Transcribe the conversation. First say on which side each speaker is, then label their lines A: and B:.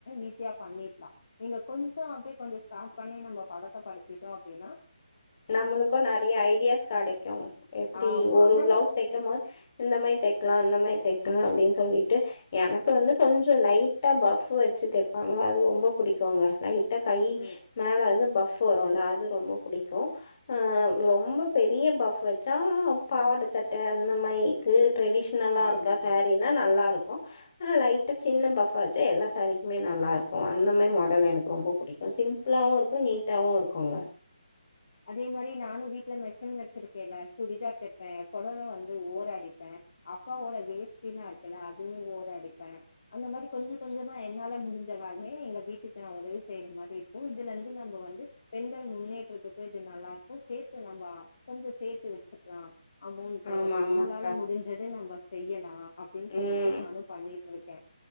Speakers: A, on the left; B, on the left.
A: ஈஸியா பண்ணிடலாம் நீங்க கொஞ்சம் அப்படியே கொஞ்சம் ஸ்டார்ட் பண்ணி நம்ம பழக்கபடுத்திட்டோம் அப்படின்னா
B: நம்மளுக்கும் நறைய ஐடியாஸ் கெடைக்கும் எப்படி
A: ஆமா
B: ஒரு
A: நம்ம
B: பிளவுஸ் தைக்கும் போது இந்த மாதிரி தெக்கலாம் அந்த மாதிரி தெக் அப்படின்னு சொல்லிட்டு எனக்கு வந்து கொஞ்சம் லைட்டா பஃப் வெச்சு தெப்பாங்க அது ரொம்ப பிடிக்கும்ங்க லைட் ட்ட கை
A: ம்
B: மேல வந்து பஃப் சோ வரும்ல அது ரொம்ப புடிக்கு கும் ஹ ரொம்ப பெரிய பஃவ் வெச்சா பாவாடை சட்டை அந்த மாதிரிக்கு ட்ரெடிஷ்னலாக இருக்கா
A: ஆமா
B: சேரீனா நல்லாருக்கும் ஆனா லைட்டா சின்ன பஃபா வெச்சா எல்லா சாரிக்குமே நல்லா இருக்கும் அந்த மாதிரி மாடல் எனக்கு ரொம்ப பிடிக்கும் சிம்பிளாவும் இருக்கும் நீட்டாவும் இருக்கும்ங்க
A: அதே மாதிரி நானும் வீட்டுல மிஷன் வெச்சிருக்கேல்ல சுடிதார் தைப்பேன் புடவல வந்து ஓராடிப்பேன் அப்பாவோட வேஷ்டின்ல்லாம் இருக்கல்ல அதுவும் ஓராடிப்பேன் அந்த மாதிரி கொஞ்சம் கொஞ்சமா என்னால முடிஞ்ச வேலையே எங்க வீட்டுக்கு நான் உதவி செய்யற மாதிரி இருக்கும் இதுல இருந்து நம்ம வந்து பெண்கள் முன்னேற்றத்துக்கு து நல்லா இருக்கும் சேர்த்து நம்ம கொஞ்சம் சேர்த்து வெச்சுக்கலாம் அமௌண்ட்
B: ஆமா ஆமாங்க
A: நம்மளால முடிஞ்சது நம்ம செய்யலாம் அப்படின்னு
B: ம்
A: சொல்லிட்டு நானும் பண்ணின் ஓகே